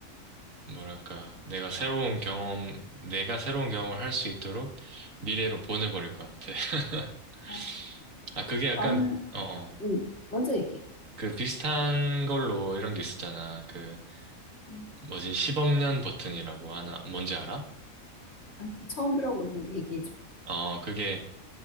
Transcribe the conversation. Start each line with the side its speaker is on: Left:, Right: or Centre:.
Right: 뭐랄까, 내가 새로운 경험, 내가 새로운 경험을 할 수 있도록 미래로 보내버릴 것 같아. <laughs>
Left: 어,
Right: 아, 그게 약간,
Left: 나는
Right: 어, 어.
Left: 음 먼저 얘기해.
Right: 그 비슷한 걸로 이런 게 있었잖아. 그,
Left: 음,
Right: 뭐지, 10억 년 버튼이라고 하나, 뭔지 알아?
Left: 아니 그 처음 들어보는데 얘기해줘.
Right: 어, 그게,